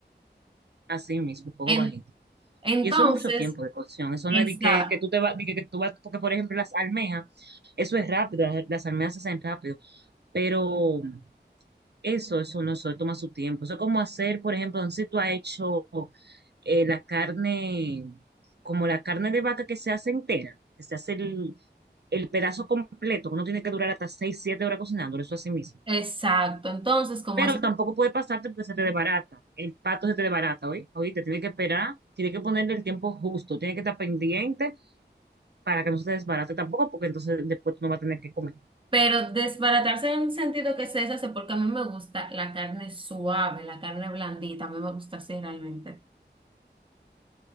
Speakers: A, on the right; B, on the right.
A: Así mismo, fuego
B: En-
A: bajito.
B: entonces...
A: Y eso es mucho tiempo de cocción. Eso
B: Exacto.
A: no es de que, que tú te vas, de que, que tú vas, porque por ejemplo las almejas, eso es rápido, las, las almejas se hacen rápido. Pero Eso, eso no, eso toma su tiempo. Eso es como hacer, por ejemplo, no sé si tú has hecho eh, la carne, como la carne de vaca que se hace entera, que se hace el, el pedazo completo, uno tiene que durar hasta 6 7 horas cocinándolo, eso así mismo.
B: Exacto, entonces como
A: Pero
B: eso,
A: tampoco puede pasarte porque se te desbarata, el pato se te desbarata, hoy Oíste, tiene que esperar, tiene que ponerle el tiempo justo, tiene que estar pendiente para que no se te desbarate tampoco, porque entonces después tú no vas a tener que comer
B: pero desbaratarse en un sentido que se deshace porque a mí me gusta la carne suave, la carne blandita, a mí me gusta así realmente.